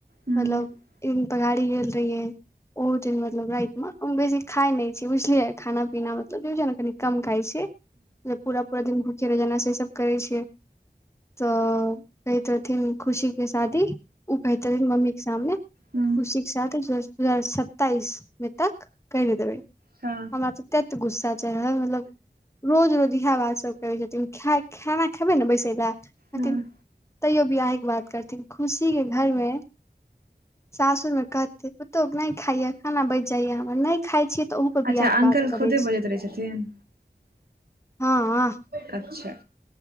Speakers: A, on the right; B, on the left.
A: ह ह
B: मतलब ई पघाड़ी गेल रहिय ओहो दिन मतलब रात मे उ बेसी खाय न छी बुझ बझलिये खाना पीना मतलब जे ने कनि कम खाइ छै पूरा पूरा दिन भूखे रह जेना से सब करै छियै तऽ कहैत रहथिन खुशीके शादी ओ कहत मम्मी के सामने खुशी
A: ह
B: सदी र्दू हजार सत्तइस मे तक कने देबै
A: ह
B: ततऽ गुस्सा चरल मतलब रोज रोज इएह बात सभ करै छथिन खाना खेबै ने बैसे लए हथिन
A: हँ
B: तैयो बियह के बात करथिन खुशी के घरमे सासुर मे कहते पुतहु नहि खाइया खाना बच जाइया हमर नहि खाय छियै तऽ ओहू पर
A: अच्छा
B: बियाह के
A: अकल
B: बात करै
A: खुदे
B: छै
A: बजैत रहै छथिन
B: ह
A: अच्छा।